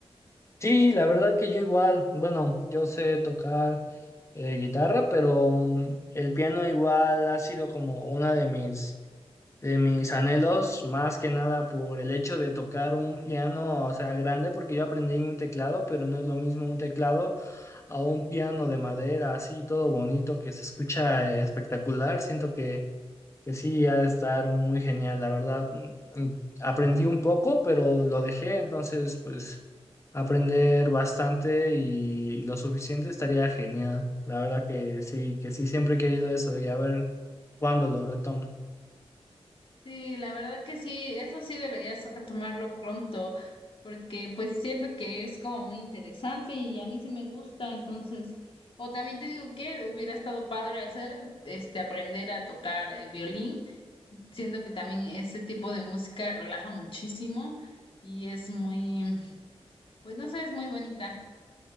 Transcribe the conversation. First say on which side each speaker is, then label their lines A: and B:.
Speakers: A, on the left; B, on the left.
A: Sí, la verdad que yo igual, bueno, yo sé tocar eh, guitarra, pero mm, el piano igual ha sido como una de mis, de mis anhelos, más que nada por el hecho de tocar un piano, o sea, grande, porque yo aprendí en un teclado, pero no es lo mismo un teclado a un piano de madera, así todo bonito, que se escucha eh, espectacular. Siento que que sí ha de estar muy genial, la verdad. Mm, Aprendí un poco, pero lo dejé, entonces pues aprender bastante y lo suficiente estaría genial. La verdad que sí, que sí, siempre he querido eso y a ver cuándo lo retomo.
B: Sí, la verdad que sí, eso sí deberías retomarlo pronto, porque pues siento que es como muy interesante y a mí sí me gusta, entonces, o también te digo que hubiera estado padre hacer, este, aprender a tocar el violín, siento que también este tipo de música relaja muchísimo y es muy, pues no sé, es muy bonita.